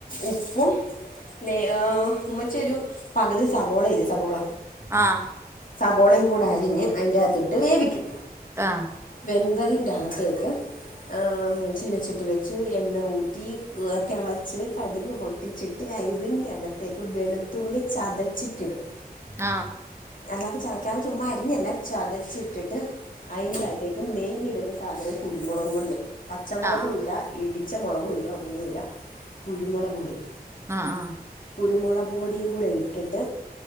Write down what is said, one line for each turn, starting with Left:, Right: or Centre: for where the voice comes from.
Left: ഉപ്പും ലേ ആഹ് ഉമ്മച്ചി ഒരു പകുതി സവോളയില്ലേ സവോള
Right: ആഹ്.
Left: സബോളയും കൂടെ അരിഞ്ഞ് അയിൻ്റാത്തിട്ട് വേവിക്കും.
Right: ആഹ്.
Left: വെന്തതിന്റകത്തേക്ക് ആഹ് ചീനച്ചട്ടി വെച്ച് എണ്ണ ഊറ്റി തെളച്ച് കടുക് പൊട്ടിച്ചി ട്ട് അയ്തിൻ്റെ അകത്തേക്ക് വെളുത്തുള്ളി ചതച്ചിട്ടിടും.
Right: ആഹ്.
Left: അല്ലാതെ ചതക്കാതെ ചുമ്മാ അരിഞ്ഞല്ല ചതച്ചിട്ടിട്ട് അയിന്റാത്തേക്ക് മെയിൻ ഇടുന്ന സാധനം കുരുമൊളക്പൊടിയാ. പച്ചമൊളകും
Right: ആഹ്
Left: ഇല്ല ഇടിച്ച മൊളകും ഇല്ല ഒന്നുല്ല കുരുമുളക് പൊടി.
Right: ആഹ് ആഹ്.
Left: കുരുമുളക് പൊടിയും കൂടെ ഇട്ടിട്ട്